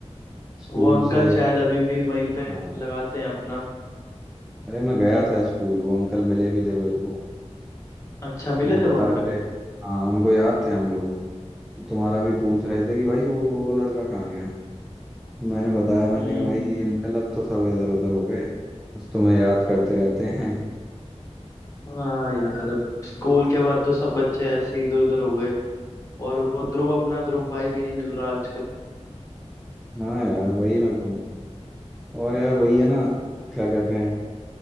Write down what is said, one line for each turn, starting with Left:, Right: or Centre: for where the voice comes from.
Centre: स्कूल
Left: वो अंकल
Centre: से
Left: शायद अभी भी वहीं पे
Centre: हाँ
Left: लगाते हैं अपना
Centre: अरे मैं गया था स्कूल वो अंकल मिले भी थे मेरे को
Left: अच्छा मिले
Centre: वो
Left: थे
Centre: बता
Left: वो अंकल
Centre: भी रहे थे हाँ उनको याद थे हम लोग तुम्हारा भी पूछ रहे थे कि भाई वो वो लड़का कहाँ गया मैंने बताया मैंने
Left: हम्म
Centre: कहा भाई ये अंकल अब तो सब इधर उधर हो गए बस तुम्हें याद करते रहते हैं
Left: हाँ यार अब स्कूल के बाद तो सब बच्चे ऐसे इधर उधर हो गए और वो ध्रुव अपना ध्रुव भाई भी नहीं मिल रहा आजकल
Centre: हाँ यार वही मैं कहूँ और यार वही है ना क्या कहते हैं